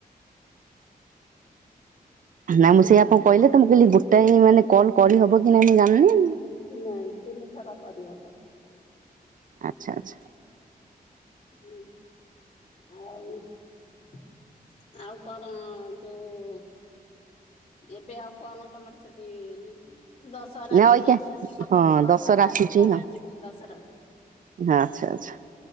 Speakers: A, on the left (about 40°); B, on the right (about 55°).
A: <inaudible>
B: ନାଁ ମୁଁ ସେଇଆ ପା କହିଲି ଗୋଟାଏ କଲ୍ କରି ହବ କି ନାଇଁ ମୁଁ ଜାଣିନି।
A: ନାଇଁ ତିନି ଥର କରି ହବ।
B: ଆଚ୍ଛା ଆଚ୍ଛା।
A: ହଁ ଆଉ ଆଉ କଣ ଯୋଉ ଏବେ ଆଉ କଣ ତମର ସେଠି ଦଶହରା
B: ନା
A: ତ
B: ଅଇକା
A: ଏଇ ଆସୁଛି ହବ।
B: ହଁ
A: ଦଶହରା
B: ଆସୁଛି
A: ଆସିଲେ ଆମେ
B: ହଁ
A: ଯିବୁ ଦଶହରା କୁ।
B: ଆଚ୍ଛା ଆଚ୍ଛା।